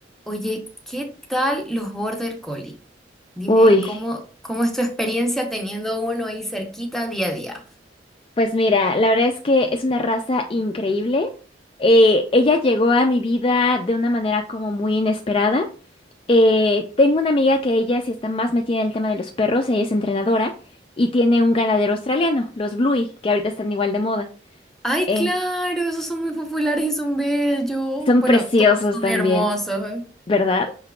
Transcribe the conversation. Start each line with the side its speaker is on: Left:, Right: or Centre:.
Centre: Oye, ¿qué tal los Border Collie? Dime
Left: Uy,
Centre: cómo, cómo es tu experiencia teniendo uno ahí cerquita día a día.
Left: pues mira, la verdad es que es una raza increíble. Eh, ella llegó a mi vida de una manera como muy inesperada. Eh, tengo una amiga que ella sí está más metida en el tema de los perros, ella es entrenadora y tiene un ganadero australiano, los Bluey, que ahorita están igual de moda.
Centre: Ay,
Left: Eh,
Centre: claro, esos son muy populares y son bellos.
Left: son
Centre: Bueno,
Left: preciosos
Centre: todos son
Left: también,
Centre: hermosos. ¿eh?
Left: ¿verdad?